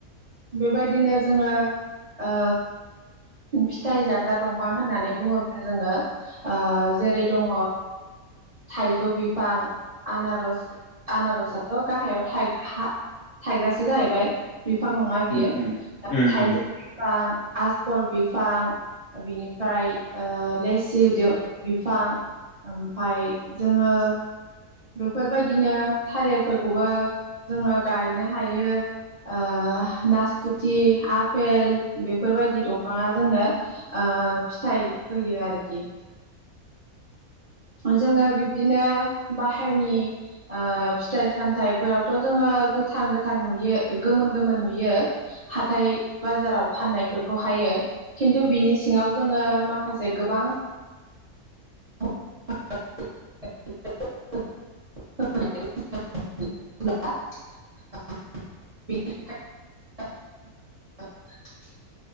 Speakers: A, on the right; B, on the left.
A: बेबायदिनो जोङो ओ फिथाइ जाग्रा दंफां होननानै बुङोब्ला जोङो ओ जेरै दङ थाइजौ बिफां आनारस आनारसथ' गाहायाव थाइग्रासो जाहैबाय बिफां नङा बियो
B: उम उम
A: थाइजौ
B: उम
A: बिफां फल बिफां बिनिफ्राय ओ लेस्सि बिफां ओमफाय जोङो बेफोरबायदिनो थालिरफोरखौबो जोङो गायनो हायो ओ नासपुथि आफपेल बेफोरबायदि दंफाङा जोंनो ओ फिथाइ होयो आरोखि जोङो बिब्दिनो बाहेरनि ओ फिथाइ सामथाइफोरावथ' जोङो गोथां गोथां नुयो गोमोन गोमोन नुयो हाथाय बाजाराव फाननायफोरखौहायो खिन्थु बिनि सिङाव जोङो माखासे गोबां <unintelligible>